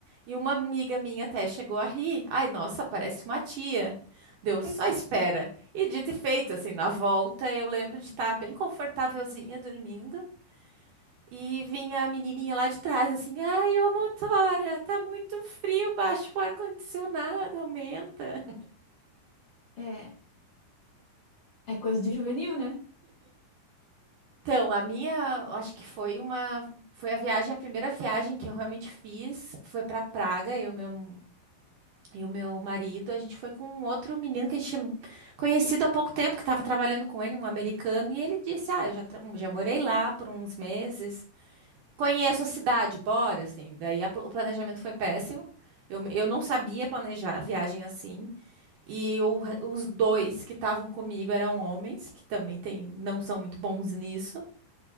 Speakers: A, on the right (about 65°); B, on the left (about 60°).
A: e uma amiga minha até chegou a rir. Ai, nossa, parece uma tia. Deu só
B: <laughs>
A: espera. E dito e feito, assim, na volta, eu lembro de estar bem confortávelzinha dormindo. E vinha a menininha lá de trás, assim, ai, ô motora, tá muito frio, baixa o ar-condicionado, aumenta.
B: É, é coisa de juvenil, né?
A: Então, a minha, acho que foi uma, foi a viagem, a primeira viagem que eu realmente fiz, foi para Praga, eu, e meu E o meu marido, a gente foi com um outro menino que a gente tinha conhecido há pouco tempo, que estava trabalhando com ele, um americano, e ele disse: Ah, eu já, tra- já morei lá por uns meses, conheço a cidade, bora, assim. Daí a pl- o planejamento foi péssimo. Eu, me- eu não sabia planejar a viagem assim. E o re- os dois que estavam comigo eram homens, que também tem, não são muito bons nisso.